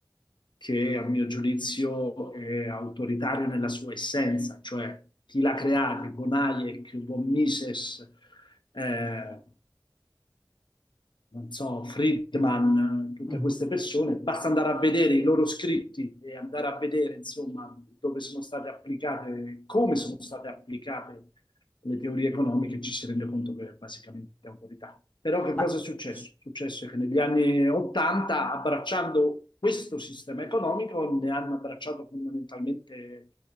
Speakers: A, on the left; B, on the left.
A: che a mio giudizio è autoritario nella sua essenza, cioè chi l'ha creato, von Hayek, von Mises, eh, non so, Friedman, tutte
B: mm,
A: queste persone, basta andare a vedere i loro scritti e andare a vedere, insomma, dove sono state applicate, come sono state applicate le teorie economiche ci si rende conto che è basicamente autorità. Però che
B: ma
A: cosa è successo?
B: s-
A: È successo che negli anni 80, abbracciando questo sistema economico, ne hanno abbracciato fondamentalmente